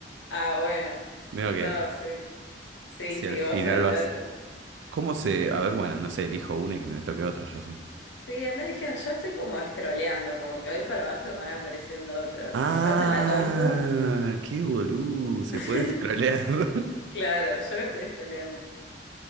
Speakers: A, on the left; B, on the right.
A: ah, bueno.
B: Veo
A: No,
B: que
A: sí. Sí,
B: si
A: sí,
B: al final
A: vos saltate.
B: vas... ¿Cómo se...? A ver, bueno, no sé, elijo una y que me toque otra, ya fue.
A: Sí, andá eligiendo. Yo estoy como scrolleando, como que voy para abajo y van apareciendo otros.
B: Ah,
A: Si estás en la compu,
B: qué boludo, se
A: <laughs>
B: puede scrollear. <laughs>
A: claro, yo lo estoy scrolleando.